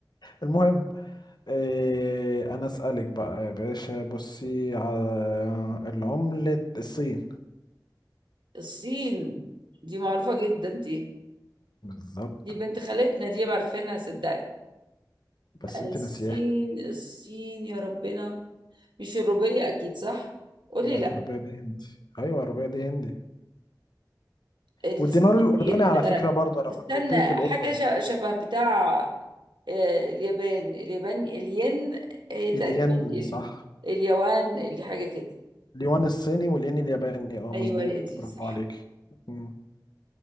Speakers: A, on the left; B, on the right.
A: المهم إيه انا اسالك بقى يا باشا بصي على العمله الصين
B: الصين دي معروفة جدا دي
A: بالظبط
B: دي بنت خالتنا دي عارفينها صدقني
A: بس انت
B: الصين
A: ناسيها
B: الصين يا ربنا مش الروبية اكيد صح قولي
A: لا
B: لا
A: الرباية دي هندي ايوه الرباية دي هندي
B: الصين
A: والدينار الاردني
B: ال...
A: على فكرة
B: آه،
A: برضه انا كنت
B: استنى
A: قلت لك الاردن
B: حاجة ش- شبه بتاع آه، اليابان اليابان الين آه، تقريبا
A: الين
B: ال...
A: صح
B: اليوان اللي حاجة كده
A: اليوان الصيني والين الياباني اه
B: ايوه
A: مظبوط
B: هي دي
A: برافو
B: صح
A: عليك مم.